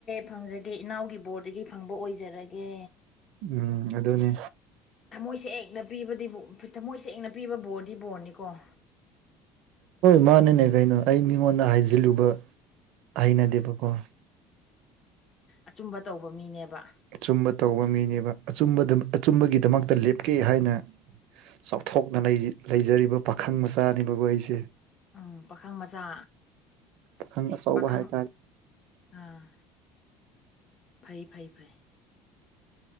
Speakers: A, on the left (about 40°); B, on the right (about 70°).
A: ꯐꯪꯖꯒꯦ ꯏꯅꯥꯎꯒꯤ ꯕꯣꯔꯗꯒꯤ ꯐꯪꯕ ꯑꯣꯏꯖꯔꯒꯦ
B: ꯎꯝ ꯑꯗꯨꯅꯦ
A: ꯊꯃꯣꯏꯁꯦꯡꯅ ꯄꯤꯕꯗꯤ ꯊꯃꯣꯏꯁꯦꯑꯦꯡ ꯄꯤꯕꯗꯤ ꯕꯣꯔꯗꯤ ꯕꯣꯔꯅꯤꯀꯣ
B: ꯍꯣꯏ ꯃꯥꯅꯅꯦ ꯀꯩꯅꯣ ꯑꯩ ꯃꯤꯉꯣꯟꯗ ꯍꯥꯏꯖꯤꯜꯂꯨꯕ ꯍꯩꯅꯗꯦꯕꯀꯣ
A: ꯑꯆꯨꯝꯕ ꯇꯧꯕ ꯃꯤꯅꯦꯕ
B: ꯑꯆꯨꯝꯕ ꯇꯧꯕ ꯃꯤꯅꯦꯕ ꯑꯆꯨꯝꯕꯒꯤꯗꯃꯛꯇ ꯂꯦꯞꯀꯦ ꯍꯥꯏꯅ ꯆꯥꯎꯊꯣꯛꯇꯅ ꯂꯩꯖꯔꯤꯕ ꯄꯥꯈꯪ ꯃꯆꯥꯅꯤꯕꯕꯨ ꯑꯩꯁꯦ
A: ꯎꯝ ꯄꯥꯈꯪ ꯃꯆꯥ
B: ꯄꯥꯈꯪ ꯑꯆꯧꯕ
A: ꯄꯥꯈꯪ
B: ꯍꯥꯏꯇꯥꯔꯦ
A: ꯑꯥ ꯐꯩ ꯐꯩ ꯐꯩ